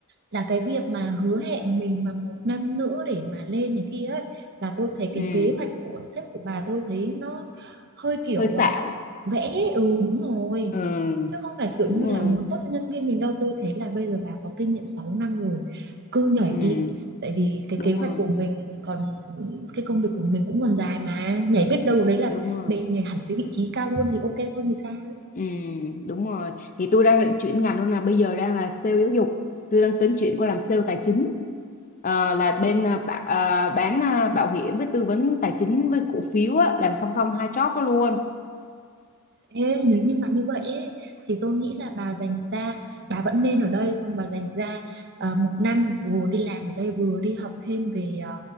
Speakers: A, on the right; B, on the left.
A: là cái việc mà hứa hẹn mình mà một năm nữa để mà lên này kia ấy là tôi thấy cái
B: ừ
A: kế hoạch của sếp của bà tôi thấy nó hơi kiểu
B: hơi xạo
A: à, vẽ ấy. ừ đúng rồi
B: ừ
A: chứ không phải kiểu
B: đúng
A: như
B: rồi
A: là muốn tốt cho nhân viên mình đâu tôi thấy là bây giờ bà có kinh nghiệm 6 năm rồi cứ nhảy
B: ừ
A: đi tại vì cái
B: đúng
A: kế hoạch
B: rồi
A: của mình còn cái công việc của mình cũng còn dài mà nhảy biết đâu đấy là
B: đúng rồi
A: mình nhảy hẳn cái vị trí cao luôn thì ok hơn thì sao
B: Ừ, đúng rồi. Thì tôi đang định chuyển ngành luôn là bây giờ đang là sale giáo dục. Tôi đang tính chuyển qua làm sale tài chính. Ờ, là bên à, bạ- à, bán à, bảo hiểm với tư vấn tài chính với cổ phiếu á, làm song song hai job đó luôn.
A: Ê, nếu như mà như vậy ý, thì tôi nghĩ là bà dành ra bà vẫn nên ở đây xong bà dành ra ờ, một năm vừa đi làm ở đây vừa đi học thêm về ờ,